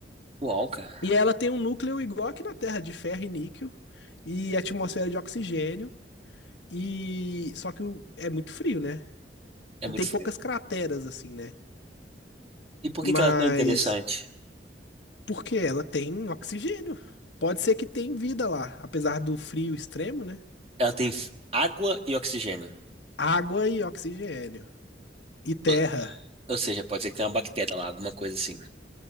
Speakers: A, on the right (about 35°); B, on the left (about 85°).
A: Uau, cara.
B: E ela tem um núcleo igual aqui na Terra, de ferro e níquel, e atmosfera de oxigênio. E só que o- é muito frio, né?
A: É
B: E
A: muito
B: tem
A: frio.
B: poucas crateras assim, né?
A: E por que
B: Mas
A: que ela é tão interessante?
B: porque ela tem oxigênio. Pode ser que tenha vida lá, apesar do frio extremo, né?
A: Ela tem f- água e oxigênio.
B: Água e oxigênio. E terra,
A: Ou ou seja, pode ser que tenha uma bactéria lá, alguma coisa assim.